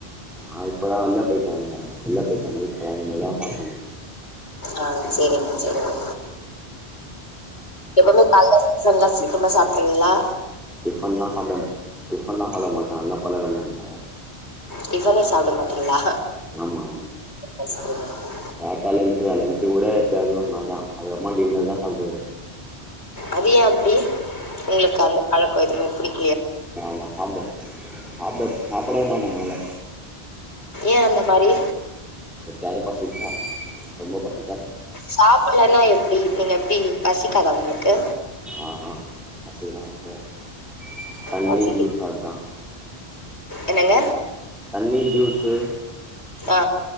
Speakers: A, in the centre; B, on the left.
A: ஆ இப்பதா வெல்ல போயிட்டு வந்த வெல்ல போயிட்டு வந்து தா இனிமேதா சாப்டணு
B: ஆஹ் சேரிங்க சேரிங்க எப்பயுமே கால்ல சீசன்லா சீக்ரமா சாப்ட்றீங்களா
A: டிஃபன்லா சாப்டம் டிஃபன்லா சாப்டமாட்டா எ பழக்கமேல
B: டிஃபனே சாப்ட மாட்டீங்களா
A: ஆமா
B: <unintelligible>
A: சாப்டாக்கூட லன்ச்தா லன்ச்சுக்கூட எப்பயாவது ஒரு நாள்தா அதுக்கப்பமா டின்னர் தா சாப்ட்டு
B: அது ஏ அப்டி உங்களுக்கு அந்த பழக்கம் எதுமே புடிக்
A: ஆமா சாப்ட சாப்ட சாப்டவே மாட்டே மல
B: ஏ அந்த மாரி
A: எப்பயாவது பசிச்சா ரொம்ப பசி
B: சாப்டலன்னா எப்டி நீங்க எப்டி பசிக்காதா உங்களுக்கு
A: ஆஹ் ஹா பசியல்லாம் <unintelligible> தண்ணி,
B: பசிக்கு
A: ஜூஸ் அத்தா
B: என்னங்க
A: தண்ணி, ஜூஸு
B: ஆ